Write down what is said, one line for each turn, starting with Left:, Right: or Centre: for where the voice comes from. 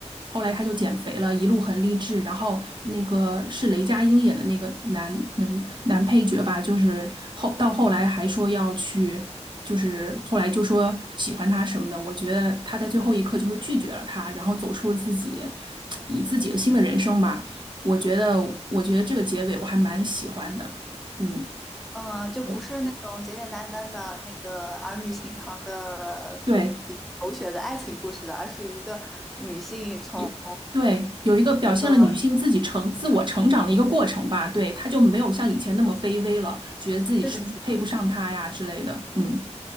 Right: 后来他就减肥了，一路很励志。然后那个是雷佳音演的那个男男男配角吧，就是后到后来还说要去，就是后来就说喜欢他什么的。我觉得他在最后一刻就是拒绝了他，然后走出了自己以自己的新的人生吧。我觉得，我觉得这个结尾我还蛮喜欢的。嗯。
Centre: 嗯，就不是那种简简单单的那个儿女情长的比较狗血的爱情故事了，
Right: 我。对，
Centre: 而是一个女性从
Right: 有对有一个表现了女性自己成自我成长的一个过程吧，
Centre: 对
Right: 对，她就没有像以前那么卑微了，觉得自己是不是配不上他呀之类的，
Centre: 对
Right: 嗯